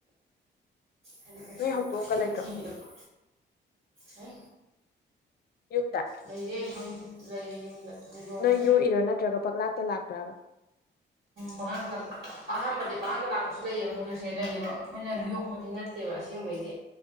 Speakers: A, on the left; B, on the right.
A: <inaudible>
B: ꯍꯥꯏꯅ ꯀꯩꯁꯨ
A: ꯍꯧꯗꯣꯡꯒ
B: ꯑꯁꯦꯡꯕ
A: ꯂꯩꯇ꯭ꯔꯣ
B: ꯊꯤꯕꯤꯔꯕ ꯍꯥꯏ
A: ꯌꯨꯝꯗ
B: ꯂꯩꯌꯦ ꯍꯪ ꯂꯩꯌꯦ ꯌꯨꯝꯗ ꯍꯧꯗꯣꯡ
A: ꯅꯣꯏ ꯌꯣꯛꯏꯔꯣ ꯅꯠꯇ꯭ꯔꯒ ꯄꯛꯂꯥꯛꯇ ꯂꯥꯛꯄ꯭ꯔꯥꯕ
B: ꯄꯉꯥꯡꯗ ꯑꯍꯥꯟꯕꯗꯤ ꯄꯥꯟꯗ ꯂꯥꯛꯄꯁꯨ ꯂꯩꯑꯕ ꯍꯧꯖꯤꯛꯁꯦ ꯂꯩꯌꯦꯕ ꯑꯩꯈꯣꯏꯅ ꯌꯣꯛꯄꯗꯤ ꯅꯠꯇꯦꯕ ꯑꯁꯦꯡꯕꯩꯗꯤ